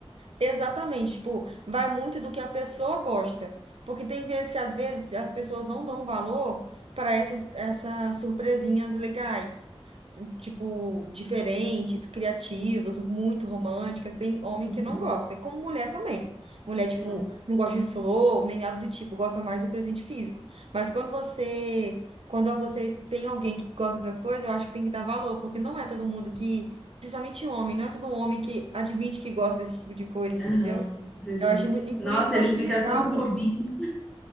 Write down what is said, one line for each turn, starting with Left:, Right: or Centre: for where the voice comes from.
Right: Exatamente, tipo, vai muito do que a pessoa gosta. Porque tem vezes que às vezes as pessoas não dão valor para essas, essas surpresinhas legais. s- Tipo, diferentes, criativas, muito românticas. Tem homem
Centre: Uhum,
Right: que não gosta, e como mulher também. Mulher,
Centre: Sim,
Right: tipo, não gosta de flor, nem nada do tipo, gosta mais do presente físico. Mas quando você, quando você tem alguém que gosta dessas coisas, eu acho que tem que dar valor, porque não é todo mundo que Principalmente homem, não é todo homem que admite que gosta desse tipo de coisa, entendeu?
Centre: aham, sim, sim.
Right: Eu achei muito, e
Centre: Nossa,
Right: por isso que
Centre: ele
Right: eu achei
Centre: fica
Right: legal,
Centre: todo bobinho.